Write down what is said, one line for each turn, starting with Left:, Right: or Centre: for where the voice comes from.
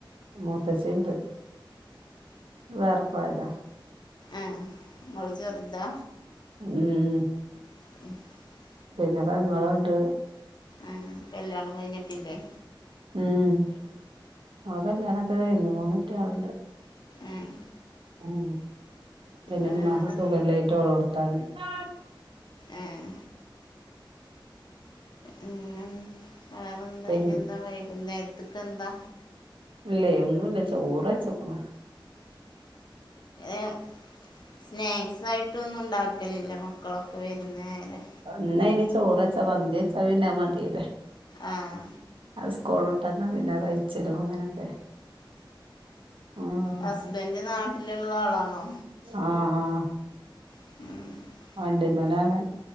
Right: മൂത്തച്ചീണ്ട് വേറെ പോയതാ.
Left: ആഹ് ങ്ങള് ചെറുതാ?
Right: ഉം
Left: <inaudible>
Right: പിന്നെ പെങ്ങളുണ്ട്.
Left: ആഹ് കല്യാണം കഴിഞ്ഞിട്ടില്ലേ?
Right: ഉം അവള കല്യാണക്കെ കഴിഞ്ഞു മൂന്ന് കുട്ടികളുണ്ട്.
Left: ആഹ്
Right: ഉം പിന്നെ
Left: വേറെ
Right: ഉമ്മാക്ക് സുഖല്ലായിട്ട് ഓളോടുത്താണ്. ആ
Left: ആഹ് ഉം പിന്നെ വേറെന്താ
Right: പിന്ന
Left: ഇനി എന്താ വൈകുന്നേരത്ത്ക്ക് എന്താ?
Right: ഇല്ലേ ഒന്നുല്ല ചോറ് വെച്ചേക്കുണു.
Left: ഏഹ് സ്നാക്സായിട്ടൊന്നും ഉണ്ടാക്ക ക്കലില്ല, മക്കളൊക്കെ വരുന്നേരെ
Right: എന്നാ ഇനി ചോറെച്ചാ മന്തിച്ചാ പിന്ന മതില്ലേ?
Left: ആഹ്.
Right: അത് സ്കൂളൂട്ടന്നാ പിന്നെ കഴിച്ചിടും അങ്ങനൊക്കെ. ഉം
Left: ഹസ്ബൻ്റ് നാട്ടിലുള്ള ആളാണോ?
Right: ആഹ് ആഹ്
Left: <inaudible>
Right: വണ്ടി മേലാണ്.